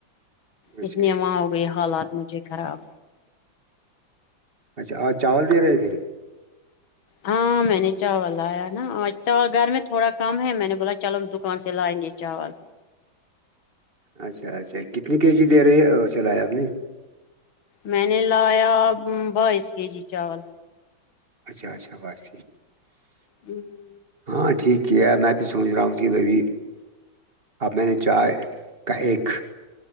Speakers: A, on the right; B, on the left.
A: اچھا
B: اتنی
A: اچھا
B: وہاں ہو گئی حالات مجھے خراب
A: اچھا اورج چاول دے رہے تھے
B: ہاں میں نے چاول لایا ہے نا گھر میں تھوڑا کم ہے میں نے بولا چلو دکان سے لائیں گے چاول
A: اچھا اچھا کتنی کے جی دے رہے ہیں چلایا آپ نے
B: میں نے لایا بائیس کے جی چاول
A: اچھا اچھا باس
B: ہوں
A: ہاں ٹھیک کیا ہے میں بھی سوچ رہا ہوں کہ بھبھی اب میں نے چائے کا ایک